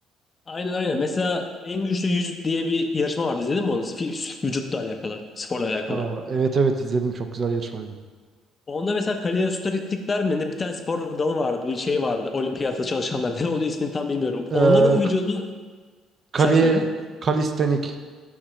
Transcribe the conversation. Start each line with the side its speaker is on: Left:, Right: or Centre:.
Left: Aynen aynen. Mesela en güçlü 100 diye bir yarışma vardı. İzledin mi onu? Fi- Vücutla alakalı. Sporla alakalı.
Right: Aa, evet evet izledim çok güzel yarışmaydı.
Left: Onda mesela kaloriferiklikler mi ne bir tane spor dalı vardı. Bir şey vardı. Olimpiyatta çalışanlar. <laughs> Ne oluyor ismini tam bilmiyorum.
Right: Ee,
Left: Onların vücudu...
Right: k- kali,
Left: Sen söyle.
Right: kalistenik